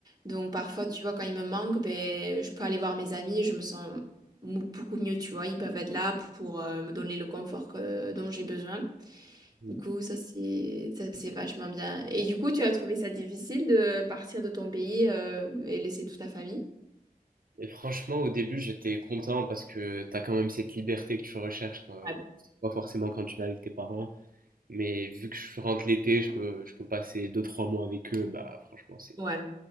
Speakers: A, on the right; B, on the right.
A: donc parfois, tu vois, quand ils me manquent, ben je peux aller voir mes amis, et je me sens mou- beaucoup mieux, tu vois, ils peuvent être là pour euh, me donner le confort que, dont j'ai besoin.
B: ou...
A: Du coup, ça c'est ça c'est vachement bien. Et du coup, tu as trouvé ça difficile de partir de ton pays euh, et laisser toute ta famille?
B: Et franchement, au début, j'étais content parce que t'as quand même cette liberté que tu recherches quand,
A: Ouais,
B: pas forcément quand tu l'as avec tes parents, mais vu que je rentre l'été, je peux, je peux passer deux trois mois avec eux, bah franchement, c'est
A: ouais,